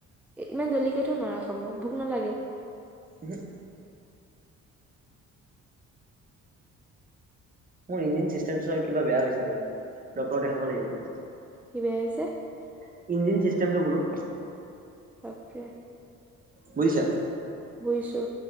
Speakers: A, in the centre; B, on the right (about 30°).
A: ইমান জল্দিকেটো নোৱাৰা খাব ভোক নালাগে।
B: ওহো। মোৰ ইঞ্জিন চিষ্টেমচোৱা কিবা বেয়া হৈছে <unintelligible> ডক্তৰক দেখাব লাগিব।
A: কি বেয়া হৈছে
B: ইঞ্জিন চিষ্টেমটো বোলো
A: তাকে।
B: বুজিছা?
A: বুজিছো।